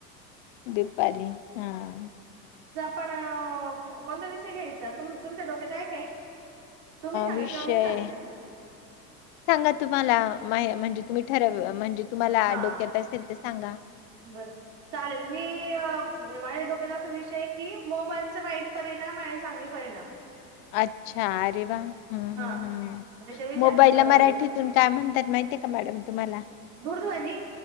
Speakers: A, on the left (about 35°); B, on the right (about 65°).
A: दुपारी हं.
B: पण कोणतं विषय घ्यायचा तुम-तुमच्या डोक्यात आहे काही? तुम्ही सांगा
A: विषय
B: किंवा मी सांगते.
A: सांगा तुम्हाला माया म्हणजे तुम्ही ठरव म्हणजे तुम्हाला
B: हा
A: डोक्यात असेल तर सांगा
B: बर चालेल मी अ म्हणजे माया डोक्यात असा विषय आहे की मोबाईलच वाईट परिणाम आणि चांगले परिणाम.
A: अच्छा अरे वा. हम्म
B: हा
A: हम्म हम्म,
B: त्याच्याविषयी
A: मोबाईला
B: आपण जरा
A: मराठीतून
B: बोलूया
A: काय म्हणतात माहितीय का मॅडम तुम्हाला?
B: दूरध्वनी